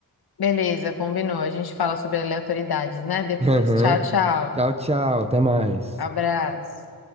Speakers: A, on the left (about 75°); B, on the right (about 15°).
A: Beleza, combinou. A gente fala sobre aleatoriedades, né? Depois.
B: <laughs> Aham.
A: Tchau, tchau.
B: Tchau, tchau, até mais.
A: Abraço.